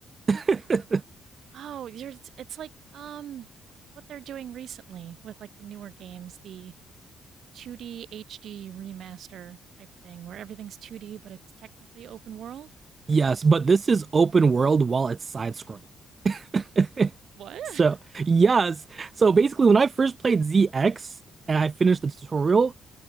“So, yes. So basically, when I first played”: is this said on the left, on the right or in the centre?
Right